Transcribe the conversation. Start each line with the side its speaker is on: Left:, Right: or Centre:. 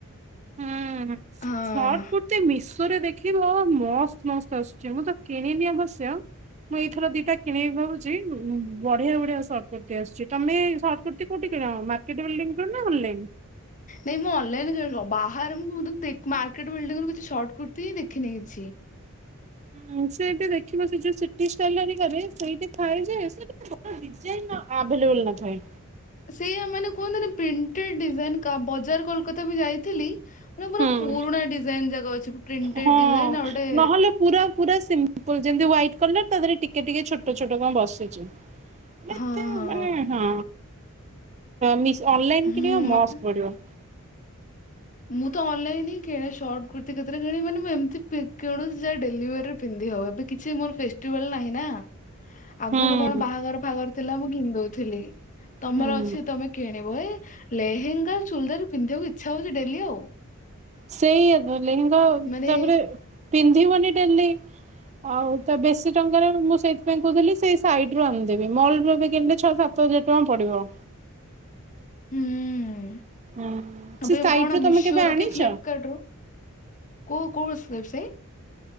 Right: ହୁଁ
Left: ହଁ
Right: ସର୍ଟ କୁର୍ତି ମିଶ ରେ ଦେଖିବ ମସ୍ତ ମସ୍ତ ଆସୁଛି, ମୁଁ ତ କିଣିନି ଆବଶ୍ୟ ମୁଁ ଏଇଥର ଦିଟା କିଣିକି ଭାବୁଛି ବଢିଆ ବଢିଆ ସର୍ଟ କୁର୍ତ୍ତି ଆସୁଛି ତମେ ସ ସର୍ଟ କୁର୍ତି କୋଉଠି କିଣ ମାର୍କେଟ ବିଲ୍ଡିଙ୍ଗ ନା ଅନଲାଇନ୍?
Left: ନାଇଁ ମୁଁ ଅନଲାଇନ ବାହାରେ ମୁ ମାର୍କେଟ ବିଲ୍ଡଙ୍ଗ ରୁ କିଛି ସର୍ଟ କୁର୍ତ୍ତି ହିଁ ଦେଖିନି କିଛି।
Right: ହୁଁ ସେଠି ଦେଖିବ ସେ ଯୋଉ ସିଟି ଷ୍ଟାଇଲ ହେରିକରେ ସେଇଠି ଥାଏ ଯେ ଭଲ ଡିଜାଇନ ଆଭେଲେବୁଲ ନଥାଏ।
Left: ସେୟା ମାନେ କୁହନ୍ତିନି ପ୍ରିଣ୍ଟେଡ ଡିଜାଇନ କା ବଜାର କୋଲକତା ବି ଯାଇଥିଲି ମାନେ ପୁରା
Right: ହୁଁ।
Left: ପୁରୁଣା ଡିଜାଇନ ଯାକ ଅଛି ପ୍ରିଣ୍ଟେଡ
Right: ହଁ
Left: ଡିଜାଇନ ଆଉ ଗୋଟେ
Right: ନହେଲେ ପୁରା ପୁରା ସିମ୍ପଲ ଯେମିତି ହାଇଟ୍ କଲର ତା ଦେହରେ ଟିକେ ଟିକେ ଛୋଟ ଛୋଟ କଣ ବସିଛି। ଏତେ
Left: ହଁ ହଁ
Right: ମାନେ ହଁ ମିସ୍ ଅନଲାଇନ
Left: ହୁଁ
Right: କିଣିବ ମସ୍ତ୍
Left: ମତେ
Right: ପଡିବ।
Left: ମୁଁ ତ ଅନଲାଇନ ହିଁ କିଣେ ସର୍ଟ କୁର୍ତ୍ତିୀ କେତେଳେ କିଣି ମାନେ ମୁଁ ଏମତି କିଣୁଛି ଯେ ଡେଲିଭରି ପିନ୍ଧି ହବ ଏବେ କି କିଛି ମୋର ଫେଷ୍ଟିଭାଲ ନାହିଁ ନା। ଆଗରୁ
Right: ହୁଁ
Left: କଣ ବାହାଘର ଫାଘର ଥିଲା ମୁଁ କିଣି ଦଉଥିଲି ତମର
Right: ହୁଁ
Left: ଅଛି ତମେ କିଣିବ ଏ ଲେହେଙ୍ଗା ଚୁଲଦାର ପିନ୍ଧିବାକୁ ଇଚ୍ଛା ହଉଛି ଡେଲି ଆଉ।
Right: ସେଇ ଏବେ ଲେହେଙ୍ଗା
Left: ମାନେ
Right: ତାପରେ ପିନ୍ଧିବନି ଡେଲି। ଆଉ ତ ବେଶୀ ଟଙ୍କାରେ ମୁଁ ସେଇଥିପାଇଁ କହୁଥିଲି ସେଇ ସାଇଡ ରୁ ଆଣିଦେବି ମଲରୁ ଏବେ କିଣିଲେ ଛ ସାତ ତ ହଜାର ଟଙ୍କା ପଡିବ।
Left: ହୁଁ
Right: ହୁଁ
Left: ଆପ
Right: ସେ ସାଇଟ୍
Left: କଣ
Right: ରୁ
Left: ମିଶୋ
Right: ତମେ କେବେ
Left: ରୁ
Right: ଆଣିଛ?
Left: କି ଫ୍ଲିପକାର୍ଟ ରୁ? କେଉଁ କେଉଟା ସେ ୱେବ୍ ସାଇଟ୍?